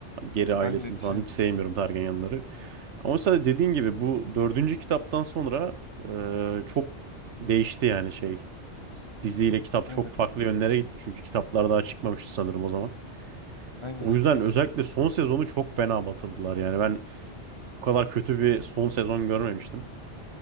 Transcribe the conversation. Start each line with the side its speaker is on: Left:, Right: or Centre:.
Right: geri
Left: Ha,
Right: ailesini
Left: Ben de hiç
Right: falan
Left: sevmiyorum.
Right: hiç sevmiyorum Targaryenları. Ama mesela dediğin gibi bu dördüncü kitaptan sonra e, çok değişti yani şey. Diziyle kitap
Left: Aynen.
Right: çok farklı yönlere gitti çünkü kitaplar daha çıkmamıştı sanırım o zaman.
Left: Aynen
Right: O
Left: aynen.
Right: yüzden özellikle son sezonu çok fena batırdılar yani ben bu kadar kötü bir son sezon görmemiştim.